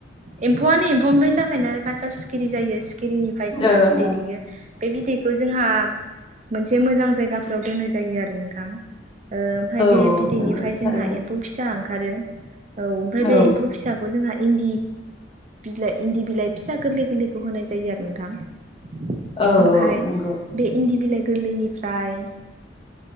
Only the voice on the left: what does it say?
ओं
ओं
औ
औ
नंगौ
थारैनो
औ
औ
औ नंगौ